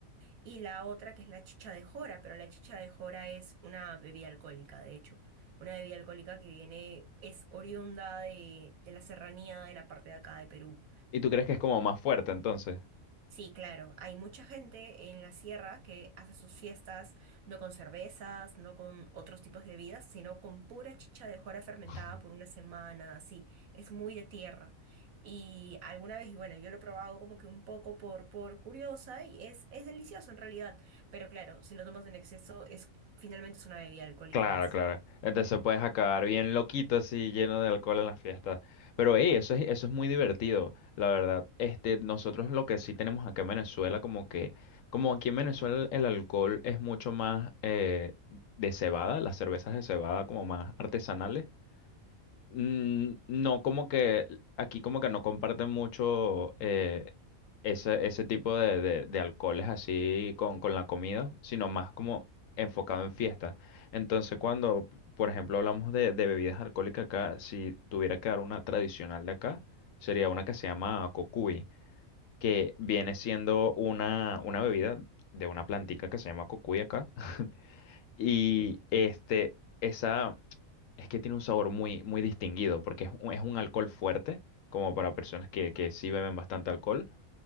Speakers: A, on the right; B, on the left.
A: Y la otra que es la chicha de jora, pero la chicha de jora es una bebida alcohólica, de hecho. Una bebida alcohólica que viene, es oriunda de, de la serranía de la parte de acá de Perú.
B: ¿Y tú crees que es como más fuerte entonces?
A: Sí, claro. Hay mucha gente en la sierra que hace sus fiestas no con cervezas, no con otros tipos de bebidas, sino con pura chicha de jora fermentada
B: <laughs>
A: por una semana, así. Es muy de tierra. Y alguna vez, y bueno, yo lo he probado como que un poco por, por curiosa y es, es delicioso en realidad. Pero claro, si lo tomas en exceso, es finalmente es una bebida alcohólica
B: Claro,
A: más.
B: claro. Entonces puedes acabar bien loquito así, lleno de alcohol en la fiesta. Pero ey, eso es, eso es muy divertido, la verdad. Este, nosotros lo que sí tenemos acá en Venezuela, como que, como aquí en Venezuela el alcohol es mucho más eh, de cebada, las cervezas de cebada como más artesanales. Mm, No, como que aquí como que no comparten mucho eh, ese, ese tipo de, de- de alcoholes así con, con la comida, sino más como enfocado en fiestas. Entonces, cuando, por ejemplo, hablamos de, de bebidas alcohólicas acá, si tuviera que dar una tradicional de acá, sería una que se llama cocuy, que viene siendo una, una bebida de una plantica que se llama cocuy acá. <laughs> Y este, esa. Es que tiene un sabor muy, muy distinguido, porque es un, es un alcohol fuerte, como para personas que, que sí beben bastante alcohol,